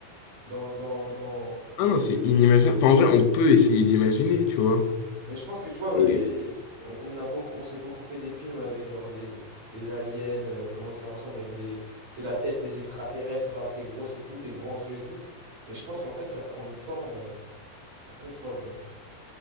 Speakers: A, on the right; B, on the left.
A: dans, dans, dans...
B: Ah non, c'est inimaginable. Enfin, en vrai, on peut essayer d'imaginer, tu vois.
A: Mais je pense que tu vois, euh,
B: Et
A: y a- y a- on, on a beaucoup, on s'est beaucoup fait des films avec genre des, des aliens, euh, comment ça ressemble avec des, tu sais, la tête des extraterrestres assez grosse et tout, des grands yeux et tout. Mais je pense qu'en fait, ça prend une forme euh, un peu folle, genre.